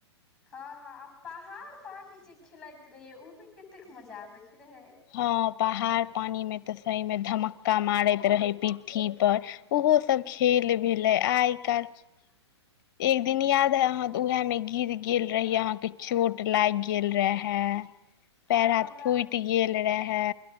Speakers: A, in the centre; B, on the left.
A: हाॅं- हाॅं आ पहाड़ पानी जे खिलाइत रहियै, उ मे कतेक मजा आबैत रहै।
B: हाॅं पहाड़ पानी में तऽ सही मे धमक मुका मारैत रहै पिठठी पर, ओहोसभ खेल भेलै आइ काल्हि
A: <inaudible>
B: एक दिन याद हय अहां के ऊहै में गिर गेल रहियै, अहाॅंके चोट लागि गेल रेहै।
A: <inaudible>
B: पैर हाथ
A: हमरा
B: फुटि गेल रेहै।